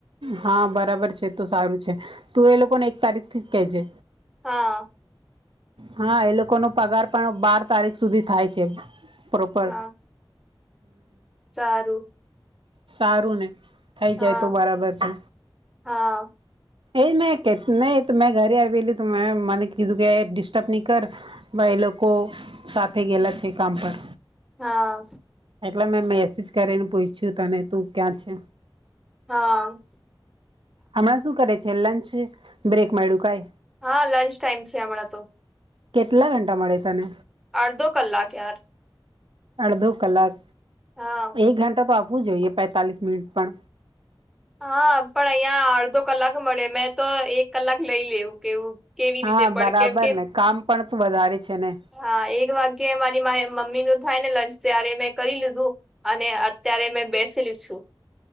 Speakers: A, on the right; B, in the centre.
A: હા બરાબર છે તો સારું છે તું એ લોકોને એક તારીખથી જ કેજે
B: હા
A: હા એ લોકોનો પગાર પણ બાર તારીખ સુધી થાય છે પ્રોપર
B: હા સારું
A: સારુંને થઈ
B: હા
A: જાય તો બરાબર છે
B: હા
A: એજ મે કે મેં ઘરે આવેલી તો મેં મને કીધું કે ડિસ્ટર્બ નહી કર એ લોકો સાથે ગયેલા છે કામ પર
B: હા
A: એટલે મેં મેસેજ કરીને પૂછ્યું તને તું ક્યાં છે
B: હા
A: હમણાં શું કરે છે લંચ બ્રેક મળ્યું કઈ
B: હા લંચ ટાઈમ છે હમણાં તો
A: કેટલા ઘંટા મળે તને
B: અડધો કલાક યાર
A: અડધો કલાક
B: હા
A: એક ઘંટા તો આપ આપવું જોઈએ પેતાલીસ મિનિટ પણ
B: હા પણ અહીંયા અડધો કલાક મળે મેં તો એક કલાક લઈ લેવું કેવું કેવી
A: હા
B: રીતે પણ
A: બરાબરને
B: કેમ કે
A: કામ પણ તો વધારે છે ને
B: હા એક વાગ્યે મારી મમીનું થાય ને લંચ ત્યારે મેં કરી લીધું અને અત્યારે મેં બેસી લીધ છું.